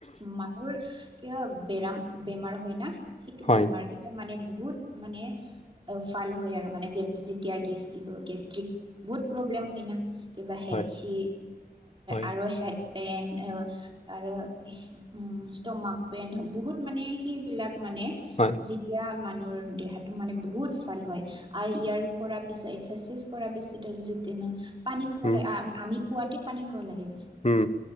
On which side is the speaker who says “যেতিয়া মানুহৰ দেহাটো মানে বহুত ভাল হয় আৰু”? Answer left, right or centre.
Right